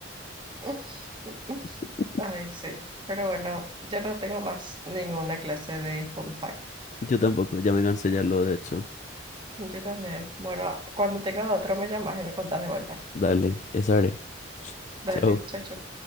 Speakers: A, on the right; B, on the left.
A: <laughs>
B: <laughs>
A: Ay, sí. Pero bueno, ya no tengo más ninguna clase de fun fact.
B: Yo tampoco, ya me cansé ya lo de hecho.
A: Yo también. Bueno, cuando tengas otro me llamas y me contás de vuelta.
B: Dale, eso haré.
A: Dale,
B: Chao.
A: chao, chao.